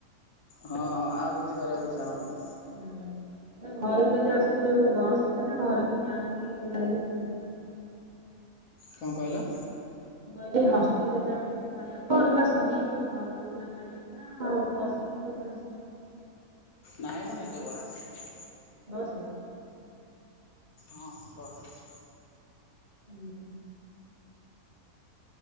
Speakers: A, on the left; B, on the right.
A: ହଁ ଆଉ କିଛି କରିବାକୁ ଇଚ୍ଛା ହବନି।
B: ହୁଁ। ନାଇ ଘରକୁ କେମିତି ଆସୁଚୁ ଯଉ ବସରେ ନା ଘର ଲୋକ ଯାଆନ୍ତି ଧରିକି ଆସନ୍ତି?
A: କଣ କହିଲ?
B: ମୁଁ କହିଲି ହଷ୍ଟେଲରେ ଯାଆନ୍ତି ଆପଣ ଙ୍କୁ ଆଣିବାକୁ ଘରକୁ ଆସନ୍ତି ତ ଘର ଲୋକ ଯାଆନ୍ତି ଆଣିବାକୁ ନା ବସ କି କୋଉ ଥିରେ ଆସନ୍ତି।
A: ନାଇଁ ମ ନିଜେ ପଳେଇ ଆସେ।
B: ବସରେ।
A: ହଁ ବସ ରେ।
B: ହୁଁ ହୁଁ।